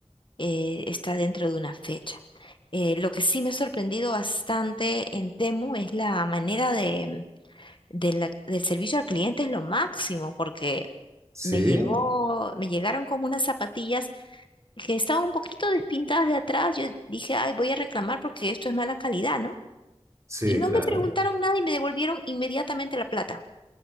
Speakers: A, on the left; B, on the right.
A: eh, está dentro de una fecha. Eh, lo que sí me ha sorprendido bastante en Temu es la manera de, de la- del servicio al cliente es lo máximo, porque
B: sí,
A: me llegó, me llegaron como unas zapatillas que estaban un poquito despintadas de atrás. Yo dije, ay, voy a reclamar porque esto es mala calidad, ¿no?
B: sí,
A: Y no
B: claro.
A: me preguntaron nada y me devolvieron inmediatamente la plata.